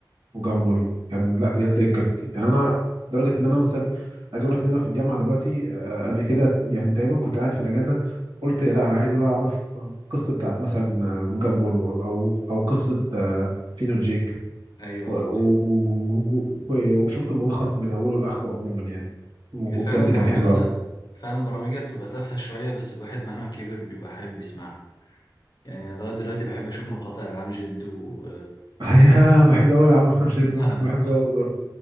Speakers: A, on the right; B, on the left.
A: وجامبل كان لا بجد كانت يعني انا لدرجه ان انا مثلا عايز اقول لك ان انا في الجامعه دلوقتي آه، قبل كده يعني تقريبا كنت قاعد في الاجازه قلت لا انا عايز بقى اعرف القصه بتاعت مثلا آه، جامبل او او قصه آه، فين وجيك
B: ايوه
A: و... و...
B: اه
A: و... وشفت الملخص من اوله لاخره عموما يعني وبجد
B: هي فعلا
A: كان
B: برامجها
A: حلو قوي
B: فعلا برامجها بتبقى تافهه شويه بس الواحد مهما كبر بيبقى حابب يسمعها يعني أنا لغايه دلوقتي بحب اشوف مقاطع العمجد و
A: ايوه <laughs> بحب قوي العالم خمسة ده
B: <laughs>
A: <laughs> كنت بحبه قوي برضه